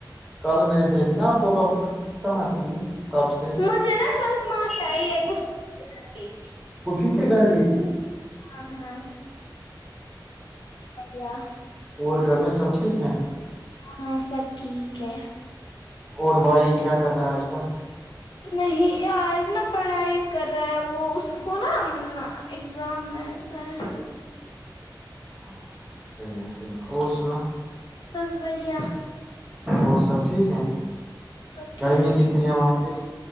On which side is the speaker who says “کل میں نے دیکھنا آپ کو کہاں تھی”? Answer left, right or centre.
Centre